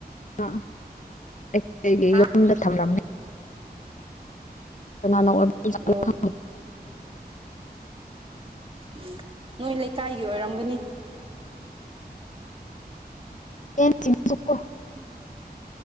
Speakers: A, on the left (about 50°); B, on the right (about 30°).
A: ꯑ ꯑꯩꯈꯣꯏꯒꯤ
B: ꯍꯥ
A: ꯌꯨꯝꯗ ꯊꯝꯂꯝꯃꯦ ꯅ <inaudible>
B: ꯑꯣ ꯎꯝ ꯅꯣꯏ ꯂꯩꯀꯥꯏꯒꯤ ꯑꯣꯏꯔꯝꯒꯅꯤ
A: ꯟꯁꯤ ꯁꯛ <unintelligible>
B: ꯎ